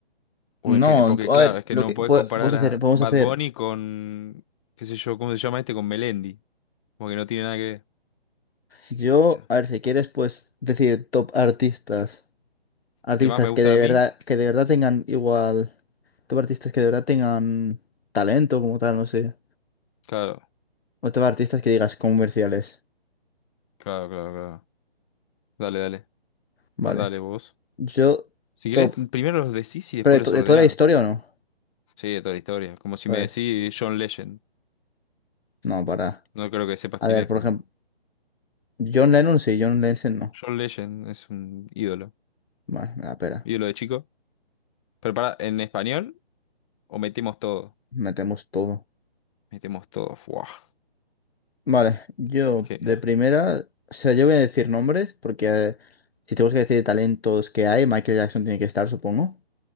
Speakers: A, on the left; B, on the left.
A: o
B: No,
A: en general? Porque
B: tú-
A: claro,
B: a ver,
A: es que
B: lo
A: no
B: que
A: podés
B: pue-
A: comparar
B: podemos hacer,
A: a
B: podemos
A: Bad
B: hacer.
A: Bunny con, qué sé yo, ¿cómo se llama este? Con Melendi. Porque no tiene nada que ver.
B: Yo,
A: O sea,
B: a ver, si quieres, pues decir top artistas. Artistas
A: ¿qué más me gustan
B: que de
A: a mí?
B: verdad, que de verdad tengan igual. Top artistas que de verdad tengan talento como tal, no sé.
A: Claro,
B: O top artistas que digas comerciales.
A: claro, claro, claro. Dale, dale.
B: Vale.
A: Mandale vos.
B: Yo,
A: Si
B: top.
A: querés, primero los decís y después
B: ¿Pero de,
A: los
B: to- de
A: ordenás.
B: toda la historia o no?
A: Sí, de toda la historia. Como si
B: Pues,
A: me decís John Legend.
B: no, para.
A: No creo que sepas
B: A
A: quién
B: ver,
A: es,
B: por
A: pero
B: ejemplo, John Lennon sí, John Lennon no.
A: John Legend es un ídolo.
B: Vale, me da pena.
A: Ídolo de chico. Pero pará, ¿en español o metemos todo?
B: Metemos todo.
A: Metemos todo. Fuah.
B: Vale, yo
A: Es que-
B: de primera. O sea, yo voy a decir nombres porque eh, si tenemos que decir talentos que hay, Michael Jackson tiene que estar, supongo.